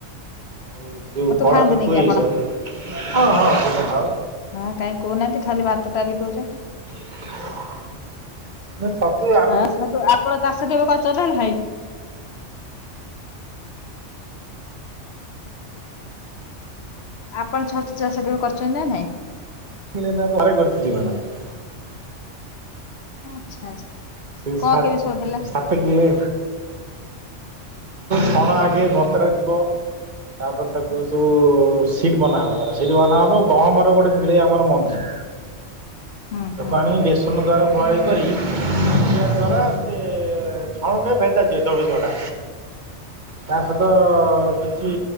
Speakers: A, on the right; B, on the left.
A: ଆଉ ସେ ଯୋଉ କଢ଼
B: ଖାଆନ୍ତିନି
A: ଛତୁ
B: କି
A: ଇଏ
B: ଆପଣ?
A: ସବୁ ହଁ ହଁ ଛତୁ ଖାଉ।
B: ହଁ କାଇ କହୁନାହାନ୍ତି ଖାଲି ଭାତ ଡାଲି କହୁଛ
A: <inaudible> ବେ ଛତୁ ଆ
B: ହଁ ଛତୁ ଆପଣ ଚାଷ କେବେ କରିଛନ୍ତି ନା ନାହିଁ? ଆପଣ ଛଚୁ ଚାଷ କେବେ କରିଛନ୍ତି ନା ନାଇଁ?
A: <unintelligible>
B: ଆଚ୍ଛା ଆଚ୍ଛା।
A: ସେ ସାତ୍
B: କଣ କେମିତି ସବୁ ହେଲା?
A: ସାତ୍ ଇଏ ଛଣ ଆଗେ ବତରା ଯିବ। ତାପରେ ତାକୁ
B: ହୁଁ
A: ସବୁ ସିଟ ବନାହବ ସିଟ ବନାହବ ଗହମର ଗୋଟେ ମିଳେ ଆମର ମଞ୍ଜି
B: ହୁଁ
A: ଲୋକ ଆଣିକି ବେସନ ଦ୍ଵାରା ପ୍ରଣାଳୀ କରି ତା ଦ୍ଵାରା ସେ ଛଣକୁ ଭେଦାଜିବ ଚବିଶି ଘଣ୍ଟା। ତା ସହିତ କିଛି